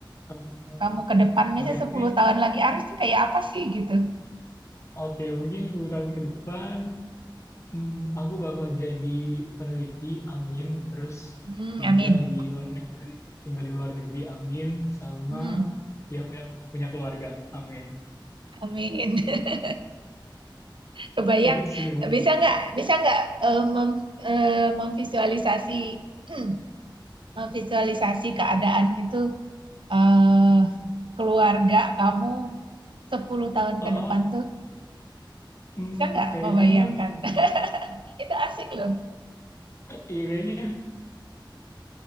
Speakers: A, on the left (about 35°); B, on the right (about 75°).
A: hmm,
B: kamu ke depan misalnya
A: Oke
B: 10
A: mungkin
B: tahun lagi Arif tuh kayak apa sih gitu.
A: oke mungkin 10 tahun ke depan hmm, aku bakal jadi peneliti amin terus
B: Hmm,
A: tinggal
B: amin.
A: di luar negeri tinggal di luar negeri amin sama
B: Hmm,
A: yang punya punya keluarga amin
B: amin. <laughs> Kebayang,
A: itu sih mungkin.
B: bisa nggak, bisa nggak eh, mem- eh, memvisualisasi, <clears throat> memvisualisasi keadaan itu eh, keluarga kamu 10 tahun
A: Oh,
B: ke depan
A: oh,
B: tuh,
A: hmm,
B: bisa nggak
A: kayaknya
B: membayangkan? <laughs> Itu asik loh.
A: ya kayaknya